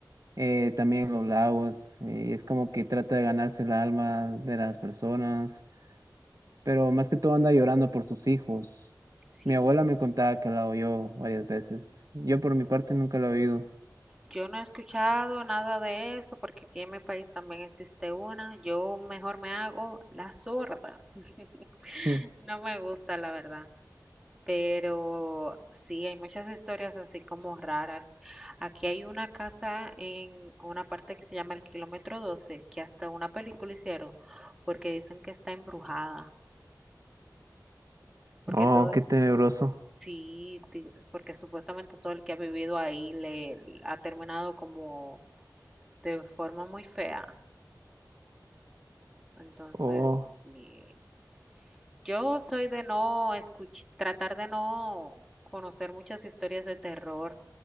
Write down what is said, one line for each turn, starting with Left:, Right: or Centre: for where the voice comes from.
Right: eh, también en los lagos, eh, y es como que trata de ganarse el alma de las personas, pero más que todo anda llorando por sus hijos.
Centre: Sí,
Right: Mi abuela me contaba que la oyó varias veces. Yo por mi parte nunca la he oído.
Centre: yo no he escuchado nada de eso porque aquí en mi país también existe una. Yo mejor me hago la sorda. <laughs>
Right: Mm.
Centre: No me gusta, la verdad. Pero sí, hay muchas historias así como raras. Aquí hay una casa en una parte que se llama el kilómetro doce que hasta una película hicieron, porque dicen que está embrujada, porque
Right: Oh,
Centre: todo,
Right: qué tenebroso.
Centre: sí, ti- porque supuestamente todo el que ha vivido ahí le le ha terminado como de forma muy fea. Entonces,
Right: Oh,
Centre: sí. Yo soy de no escuch- tratar de no conocer muchas historias de terror